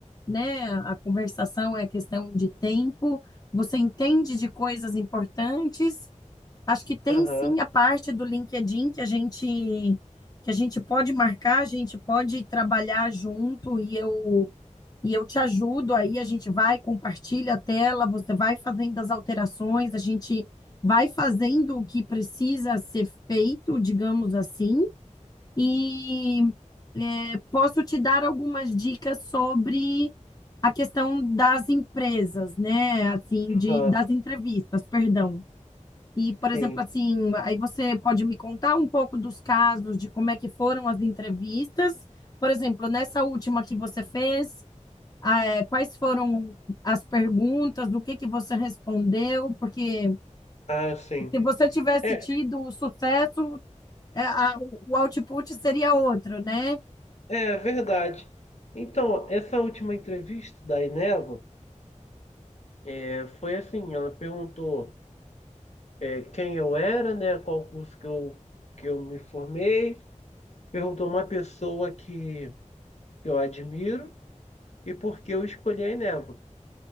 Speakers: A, on the left; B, on the left.
A: né? A conversação é questão de tempo, você entende de coisas importantes Acho que tem
B: aham,
A: sim a parte do LinkedIn que a gente que a gente pode marcar, a gente pode trabalhar junto e eu e eu te ajudo aí, a gente vai, compartilha a tela, você vai fazendo as alterações, a gente vai fazendo o que precisa ser feito, digamos assim, e é, posso te dar algumas dicas sobre a questão das empresas, né? Assim,
B: aham,
A: de, das entrevistas, perdão. E, por exemplo,
B: sim,
A: assim, aí você pode me contar um pouco dos casos, de como é que foram as entrevistas. Por exemplo, nessa última que você fez, ah, é, quais foram as perguntas, do que que você respondeu? Porque
B: ah, sim.
A: se você tivesse
B: É,
A: tido o sucesso, é, a- o output seria outro, né?
B: é verdade. Então, essa última entrevista da Ineva é, foi assim, ela perguntou é, quem eu era, né, qual curso que eu, que eu me formei, perguntou uma pessoa que, que eu admiro e por que eu escolhi a Ineva.